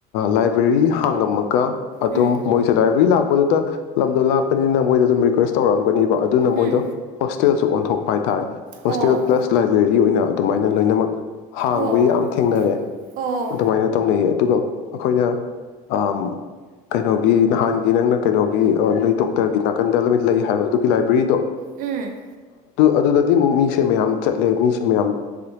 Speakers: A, on the left (about 75°); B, on the right (about 55°).
A: ꯂꯥꯏꯕ꯭ꯔꯦꯔꯤ ꯍꯥꯡꯉꯝꯃꯒ ꯑꯗꯨꯝ
B: ꯎꯝ
A: ꯃꯣꯏꯁꯦ ꯂꯥꯏꯕ꯭ꯔꯦꯔꯤ ꯂꯥꯛ ꯗꯇ ꯂꯝꯗꯣ ꯂꯥꯛꯄꯅꯤꯅ ꯃꯣꯏꯗ ꯑꯗꯨꯝ ꯔꯤꯀ꯭ꯋꯦꯁ ꯇꯧꯔꯛꯑꯝꯒꯅꯤ ꯑꯗꯨꯅꯥ ꯃꯣꯏꯗꯨ
B: ꯎꯝ
A: ꯍꯣꯁ꯭ꯠ꯫ ꯇꯔꯥ ꯁꯨ ꯑꯣꯟꯊꯣꯀꯄꯥ ꯍꯥꯌ ꯇꯥꯔꯦ꯫ ꯍꯣꯁ꯭ꯇꯦꯜ
B: ꯑꯣ
A: ꯄ꯭ꯂꯥꯁ ꯂꯥꯏꯕ꯭ꯔꯦꯔꯤ ꯂꯩ꯫ ꯕ ꯑꯣꯏꯅ ꯑꯗꯨꯃꯥꯏꯅ ꯂꯣꯏꯅꯃꯛ ꯍꯥꯡꯕ
B: ꯑꯣ
A: ꯌꯥꯝ ꯊꯦꯡꯅꯔꯦ
B: ꯑꯣ ꯑꯣ
A: ꯑꯗꯨꯃꯥꯏꯅ ꯇꯧꯅꯩ ꯌꯦ ꯑꯗꯨꯒ ꯑꯩꯈꯣꯏꯅ ꯎꯝ ꯀꯩꯅꯣꯒꯤ ꯅꯍꯥꯟꯒꯤ ꯅꯪꯅ ꯀꯩꯅꯣꯒꯤ ꯅꯣꯏꯊꯣꯛꯇꯕꯤ ꯅꯥꯀꯟꯗ ꯂꯣꯏꯅ ꯂꯩꯌꯦ ꯍꯥꯏꯕ ꯑꯗꯨꯒꯤ ꯂꯥꯏꯕ꯭ꯔꯤꯗꯦ
B: ꯎꯝ
A: ꯑꯗꯨꯗ ꯇꯤꯟ ꯃꯣꯃꯤꯁꯦ ꯃꯌꯥꯝ ꯆꯠꯂꯦ ꯃꯤꯁꯦ ꯃꯌꯥꯝ